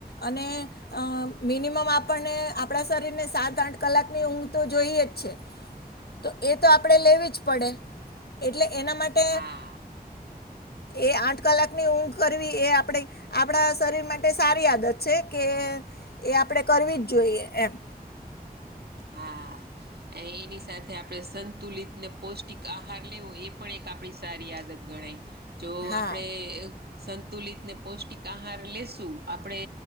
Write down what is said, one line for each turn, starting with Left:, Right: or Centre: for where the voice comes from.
Left: અને. અ મિનિમમ આપણને આપણા શરીરને સાત આઠ કલાકની ઊંઘ તો જોઈએ જ છે. તો એ તો આપણે લેવી જ પડે એટલે એના માટે.
Right: હા.
Left: એ આઠ કલાકની
Right: હા
Left: ઊંઘ કરવી એ આપણે. આપણા શરીર માટે સારી આદત છે કે એ આપણે કરવી જ જોઈએ એમ.
Right: હા એ એની સાથે આપણે સંતુલિત ને પૌષ્ટિક આહાર લેવો એ પણ એક. આપણી સારી આદત ગણાય જો
Left: હા
Right: આપડણે. સંતુલિત ને પૌષ્ટિક આહાર લેશું આપણે